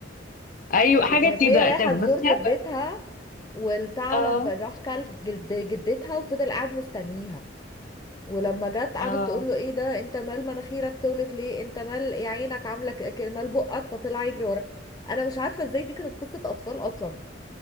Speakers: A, on the left; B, on the left.
A: أيوة
B: دي
A: حاجة
B: كانت
A: كده
B: هي رايحه
A: كانت
B: تزور
A: بتخاف
B: جدتها والثعلب
A: اه
B: راح كل جلد جدتها وفضل قاعد مستنيها ولما جت قعدت
A: اه
B: تقول له ايه ده انت مال مناخيرك تولت ليه انت مال يا عينك عامله ك- ك- مال بقك فطلع يجري ورا انا مش عارفه ازاي دي كانت قصه اطفال اصلا